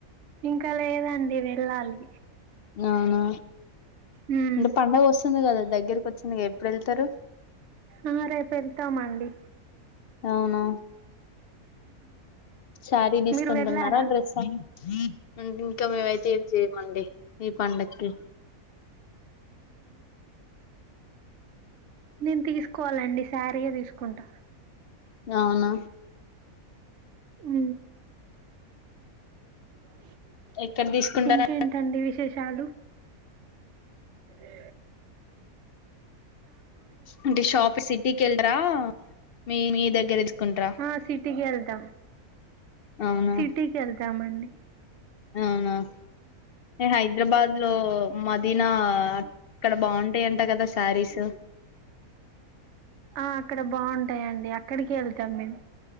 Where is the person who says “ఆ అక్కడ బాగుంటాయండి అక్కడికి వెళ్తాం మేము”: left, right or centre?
Right